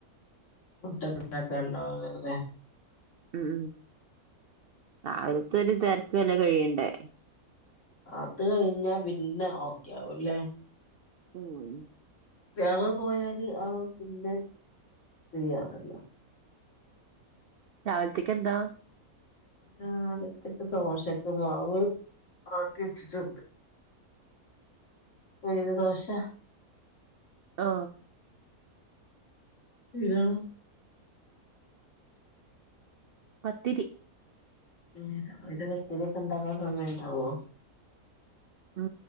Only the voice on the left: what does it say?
ഫുഡോക്കെ ഉണ്ടാക്കാൻ ഇണ്ടാവു ലെ
അത് കഴിഞ്ഞാ പിന്നെ ഓക്കെ ആവു ലെ
വേറെ പോയാല് ആ പിന്നെ ഫ്രീയാണല്ലോ
ആ <unintelligible> ക്ക് ദോശക്ക് മാവ് ആട്ടി വെച്ചിട്ടുണ്ട് ഉഴുന്ന് ദോശ
ഇയാളോ
ഏ അയിന് പത്തിരി ഒക്ക ഇണ്ടാക്കാൻ സമയം ഇണ്ടാവോ